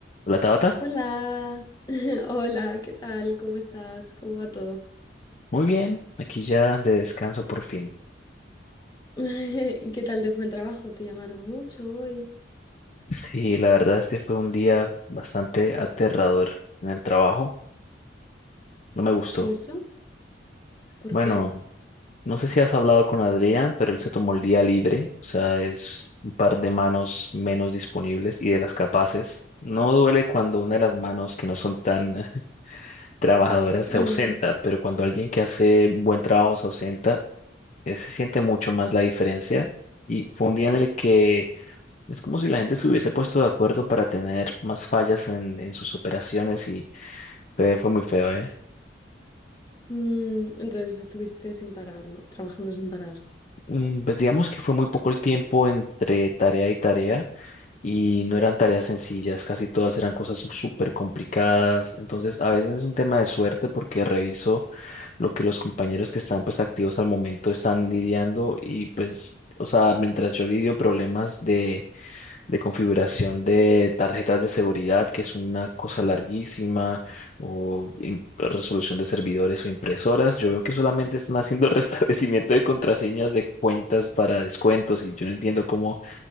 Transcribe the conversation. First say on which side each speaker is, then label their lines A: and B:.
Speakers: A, on the left; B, on the left.
A: Hola Tabata,
B: Hola, <laughs> hola, ¿qué tal? ¿Cómo estás? ¿Cómo va todo?
A: muy bien, aquí ya de descanso por fin.
B: <laughs> ¿Y qué tal te fue el trabajo? ¿Te llamaron mucho hoy?
A: Sí, la verdad es que fue un día bastante aterrador en el trabajo, no me gustó.
B: ¿Y eso? ¿Por
A: Bueno,
B: qué?
A: no sé si has hablado con Adrián, pero él se tomó el día libre, o sea, es un par de manos menos disponibles y de las capaces. No duele cuando una de las manos que no son tan <laughs> trabajadoras se
B: Mm,
A: ausenta, pero cuando alguien que hace un buen trabajo se ausenta, eh, se siente mucho más la diferencia. Y fue un día en el que Es como si la gente se hubiese puesto de acuerdo para tener más fallas en, en sus operaciones y fue, fue muy feo, ¿eh?
B: mm, entonces estuviste sin parar, ¿no? Trabajando sin parar.
A: Mm, Pues digamos que fue muy poco el tiempo entre tarea y tarea y no eran tareas sencillas, casi todas eran cosas súper complicadas, entonces a veces es un tema de suerte porque reviso lo que los compañeros que están pues activos al momento están lidiando y pues, o sea, mientras yo lidio problemas de de configuración de tarjetas de seguridad, que es una cosa larguísima, o im- resolución de servidores o impresoras. Yo veo que solamente están haciendo <laughs> restablecimiento de contraseñas de cuentas para descuentos y yo no entiendo cómo